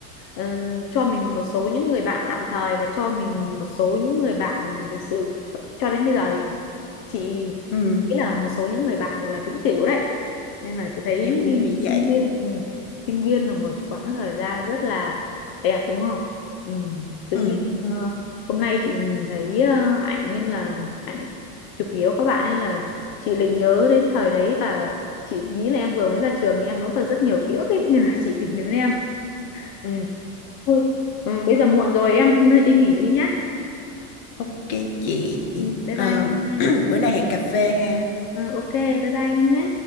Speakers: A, on the left; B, on the left.
A: ờ, cho mình một số những người bạn tạm thời và cho mình một số những người bạn thực sự cho đến bây giờ thì chị
B: ừ,
A: nghĩ là một số những người bạn gọi là vĩnh cửu đấy nên là chị thấy
B: em cũng nghĩ vậy
A: sinh viên ừ, sinh viên là một quãng thời gian rất là đẹp đúng không ừ. tự
B: ừ.
A: nhiên ờ, hôm nay chị nhìn thấy ờ, ảnh nên là ảnh chụp yếu các bạn nên là chị lại nhớ đến thời đấy và chị nghĩ là em vừa mới ra trường thì em vẫn còn rất nhiều ký ức ấy <laughs> nên là chị tìm đến em ừ. Thôi, ừ, bây giờ muộn rồi em đi nghỉ đi nhá.
B: <laughs> ok chị
A: Ừ, bye
B: Ờ,
A: bye em nha.
B: <clears throat> bữa nay hẹn cà phê ha
A: Ừ, ok, bye bye em nhá.